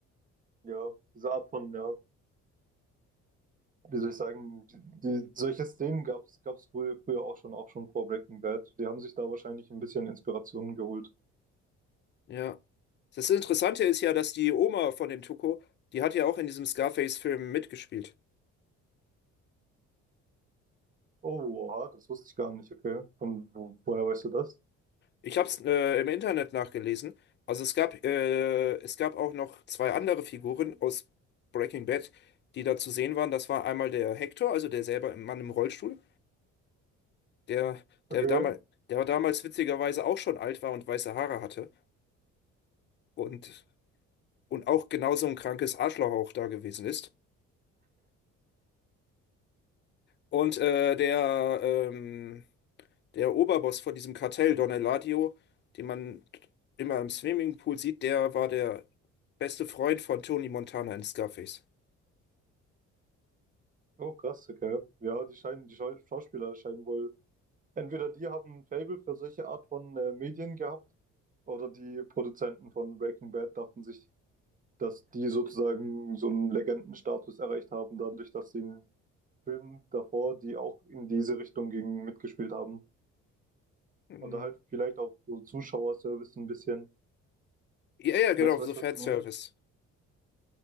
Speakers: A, on the right (about 20°); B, on the left (about 30°).
A: Ja, diese Art von, ja, wie soll ich sagen, die, die, solche Szenen gab es gab's früher, früher auch schon, auch schon vor Breaking Bad. Die haben sich da wahrscheinlich ein bisschen Inspirationen geholt.
B: Ja. Das Interessante ist ja, dass die Oma von dem Tuco, die hat ja auch in diesem Scarface-Film mitgespielt.
A: Oh, oha, das wusste ich gar nicht, okay. Von wo, woher weißt du das?
B: Ich habe es äh, im Internet nachgelesen. Also es gab, äh, es gab auch noch zwei andere Figuren aus Breaking Bad, die da zu sehen waren. Das war einmal der Hector, also der selber im Mann im Rollstuhl, der,
A: Okay.
B: der damals, der damals witzigerweise auch schon alt war und weiße Haare hatte und, und auch genauso ein krankes Arschloch auch da gewesen ist. Und äh, der, ähm, Der Oberboss von diesem Kartell, Don Eladio, den man immer im Swimmingpool sieht, der war der beste Freund von Tony Montana in Scarface.
A: Oh, krass, okay. Ja, die scheinen, die Schau- Schauspieler scheinen wohl Entweder die haben ein Faible für solche Art von äh, Medien gehabt, oder die Produzenten von Breaking Bad dachten sich, dass die sozusagen so einen Legendenstatus erreicht haben, dadurch, dass sie in Filmen davor, die auch in diese Richtung gingen, mitgespielt haben.
B: Mhm.
A: Oder halt vielleicht auch so Zuschauerservice ein bisschen.
B: Ja, ja,
A: Weißt
B: genau, so
A: du, weißt
B: Fanservice.
A: du, was ich meine?